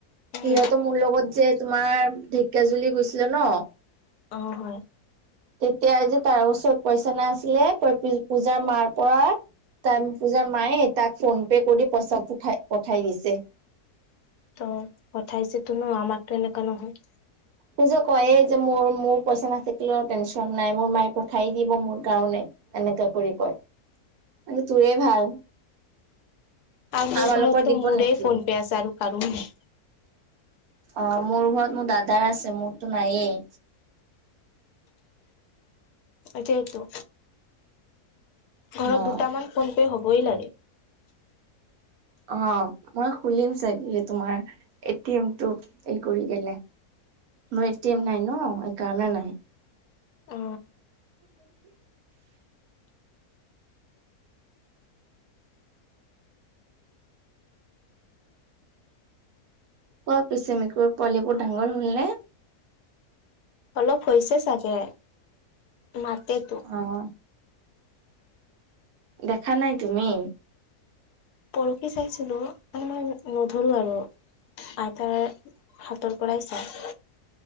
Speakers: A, on the left; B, on the right.
A: উম
B: সিহঁতো মোৰ লগত যে তোমাৰ ঢেকীয়াজুলি গৈছিলে ন।
A: অ হয়।
B: তেতিয়া যে তাৰ ওচৰত পইচা নাই আছিলে তই পূজাৰ মাৰ পৰা তান পূজাৰ মায়ে তাক ফোন পে কৰি পইচা পঠাই পঠাই দিছে
A: ত পঠাইছে তো ন আমাৰতো এনেকুৱা নহয়
B: সৌজ কয় যে মোৰ মোৰ পইচা নাথাকিলেও টেনশচন নাই মোৰ মায়ে পঠাই দিব মোৰ কাৰণে। এনেকা কৰি কয় মানে তোৰে ভাল।
A: আৰু মোৰ
B: আমাৰ লোকৰ
A: ঘৰতো
B: দিব
A: মোৰে
B: নেকি?
A: ফোন পে আছে আৰু কাৰো নাই
B: অ মোৰ ঘৰত মোৰ দাদাৰ আছে মোৰতো নায়েই
A: সেইটোৱেটো ঘৰত
B: অ',
A: দুটামান ফোনপে' হ'বই লাগে
B: অ মই খুলিম চাগে তোমাৰ এটি এমটো এই কৰি কেনে মোৰ এটি এম নাই ন সেইকাৰণে নাই।
A: অ
B: <inaudible> কোৱা পিছে মেকুৰী পোৱালিবোৰ ডাঙৰ হ'ল নে?
A: অলপ হৈছে চাগে মাতেতো।
B: অ, দেখা নাই তুমি।
A: পৰখি চাইছিলোঁ মানে মই নধৰোঁ আৰু আইতাৰ সাতৰ পৰাই চাওঁ,